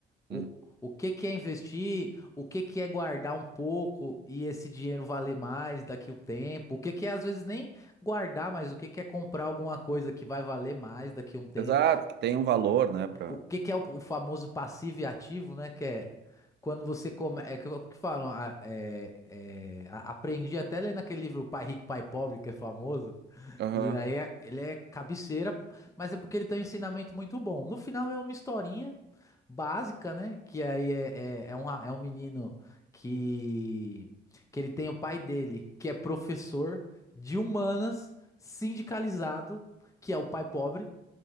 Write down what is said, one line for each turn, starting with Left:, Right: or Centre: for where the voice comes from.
Left: o,
Right: Hum.
Left: o que que é investir, o que que é guardar um pouco e esse dinheiro valer mais daqui o tempo, o que que é às vezes nem guardar, mas o que que é comprar alguma coisa que vai valer mais daqui um tempo.
Right: Exato, que tem um valor, né, pra...
Left: O que que é o, o famoso passivo e ativo, né? Que é quando você come, é que, é o que falam, a- é, é, a- aprendi até ler naquele livro Pai Rico, Pai Pobre, que é famoso.
Right: Aham,
Left: E aí é- ele é cabeceira, mas é porque ele tem um ensinamento muito bom. No final é uma historinha básica, né? Que aí é, é, é um, ra- é um menino que que ele tem o pai dele, que é professor de humanas, sindicalizado, que é o pai pobre.